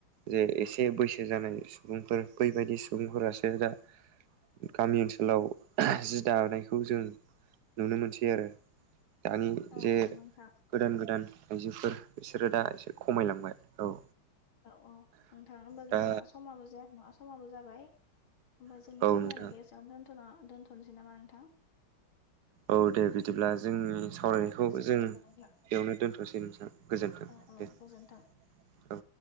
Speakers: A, on the right; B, on the left.
A: जे एसे बैसो जानाय सुबुंफोर बैबायदि सुबुंफोरासो दा गामि ओनसोलाव जि दानायखौ जों नुनो मोनसै आरो दानि
B: औ
A: जे
B: औ नोंथां
A: गोदान गोदान आइजोफोर बिसोरो दाजो खमायलांबाय औ
B: औ औ नों थाङनो होनबा जोंहा
A: दा
B: समाबो जायाखै नङा समाबो जाबाय होमबा
A: औ
B: जोंनि सावरायनायखौ
A: नोंथां
B: एसेयावनो दोन्थ'ना दोनथ'नोसै नामा नोंथां
A: औ दे बिदिब्ला जोंनि सावरायनायखौ
B: औ औ गोजोननाय
A: जों
B: थाबाय
A: बेयावनो
B: नोंथां
A: दोनथ'सै नोंसां गोजोन्थों
B: औ औ
A: दे
B: गोजोन्थों
A: औ।